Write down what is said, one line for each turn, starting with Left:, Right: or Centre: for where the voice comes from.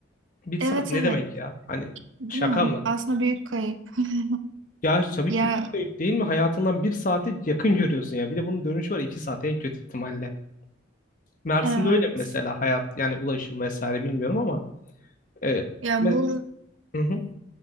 Left: Bir saat
Right: Evet
Left: ne
Right: evet.
Left: demek ya? Hani
Right: Değil
Left: şaka
Right: mi?
Left: mı?
Right: Aslında büyük kayıp. <laughs>
Left: Ya tabii
Right: Ya
Left: ki çok kayıp değil mi? Hayatından bir saati yakın görüyorsun ya. Bir de bunun dönüşü var iki saat en kötü ihtimalle. Mersin'de
Right: evet.
Left: öyle mi mesela hayat yani ulaşım vesaire bilmiyorum ama. E,
Right: Ya
Left: me-
Right: bu
Left: hı hı.